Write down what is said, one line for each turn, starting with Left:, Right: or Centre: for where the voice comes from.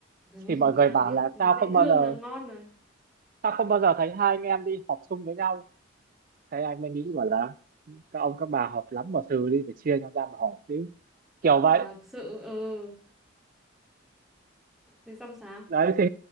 Centre: Thế mình
Right: thì mọi người
Centre: làm
Right: bảo
Centre: việc
Right: là
Centre: dễ
Right: sao không bao
Centre: thương
Right: giờ
Centre: là ngon rồi
Right: sao không bao giờ thấy hai anh em đi họp chung với nhau thế anh mới nghĩ bảo là các ông các bà họp lắm mà từ đi phải chia nhau ra mà họp chứ kiểu vậy
Centre: thật sự ừ thế xong sao
Right: đấy thì